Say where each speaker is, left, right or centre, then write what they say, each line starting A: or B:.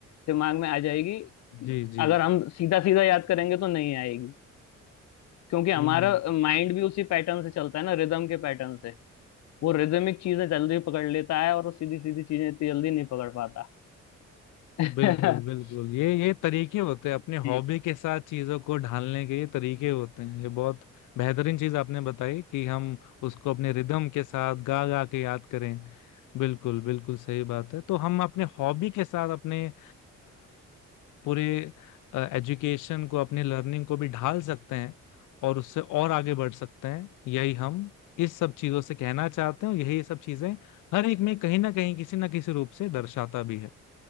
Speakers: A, on the left; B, on the left.
A: दिमाग में आ जाएगी
B: जी जी
A: अगर
B: जी।
A: हम सीधा सीधा याद करेंगे तो नहीं आएगी क्योंकि हमारा
B: हम्म
A: माइंड भी उसी पैटर्न से चलता है ना रिदम के पैटर्न से वो रिदमिक चीजें जल्दी पकड़ लेता है और वो सीधी सीधी चीजें इतनी जल्दी नहीं पकड़ पाता <laughs>
B: बिल्कुल बिल्कुल ये ये तरीके होते हैं अपने
A: जी
B: हॉबी के साथ चीजों को ढालने के ये तरीके होते हैं ये बहुत बेहतरीन चीज आपने बताई कि हम उसको अपने रिदम के साथ गा गा के याद करें बिल्कुल बिल्कुल सही बात है तो हम अपने हॉबी के साथ अपने अ, पूरे एजुकेशन को अपने लर्निंग को भी ढाल सकते हैं और उससे और आगे बढ़ सकते हैं यही हम इस सब चीजों से कहना चाहते हैं और यही सब चीजें हर एक में कहीं ना कहीं किसी ना किसी रूप से दर्शाता भी है